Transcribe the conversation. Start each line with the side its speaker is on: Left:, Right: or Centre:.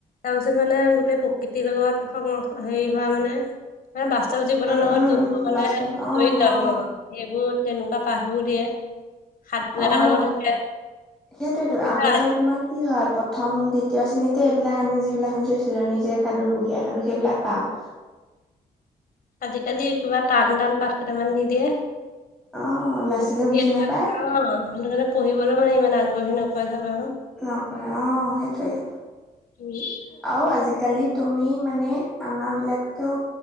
Left: তাৰপিছত মানে গোটেই প্ৰকৃতিৰ লগত সংৰ - হেৰি হোৱা মানে মানে বাস্তৱ জীৱনৰ
Centre: উম
Left: লগত যোনবোৰ
Centre: উম
Left: মানে
Centre: বাস্কেটবল অ
Left: জড়িত আৰু
Centre: অ
Left: ন সেইবোৰ তেনেকুৱা পাঠবোৰ দিয়ে। সাধু
Centre: অহ,
Left: এটা হলেও থাকে
Centre: সেইটোয়েতো
Left: কিন্তু
Centre: আগতে
Left: আজি
Centre: তোমাৰ কি হয় প্ৰথম, দ্বিতীয় শ্ৰেণীতে এইবিলাক আমি যিবিলাক শুনিছো, চিলনী জীয়েক সাধু, বুঢ়ী আইৰ সাধু সেইবিলাক
Left: অ,
Centre: পাওঁ।
Left: আজিকালি কিবা টান- টান পাঠকেইটামান দি দিয়ে।
Centre: অ ল'ৰা
Left: অহ,
Centre: ছোৱালীয়েও বুজি
Left: সেইটো
Centre: নাপায়
Left: কাৰণে পঢ়িবলৈ মানে ইমান আগ্ৰহী নকৰে চাবাচোন।
Centre: নকৰে অ' সেইটোৱে,
Left: উম
Centre: আৰু আজিকালি তুমি মানে আমাৰ বিলাতকেও